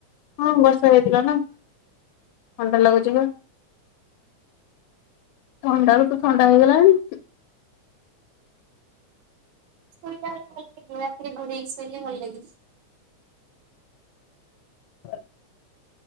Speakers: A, on the left; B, on the right.
A: ହଁ ବର୍ଷା ହେଇଥିଲା ନା ଥଣ୍ଡା ଲାଗୁଛି ବା। ଥଣ୍ଡା ରୁ ତ ଥଣ୍ଡା ହେଇଗଲାଣି।
B: ଶୋଇଲା ବଳେ ଭଲସେ <unintelligible> ରାତିରେ ଘୋଡ଼େଇକି ଶୋଇଲେ ଭଲ ଲାଗେ।
A: <inaudible>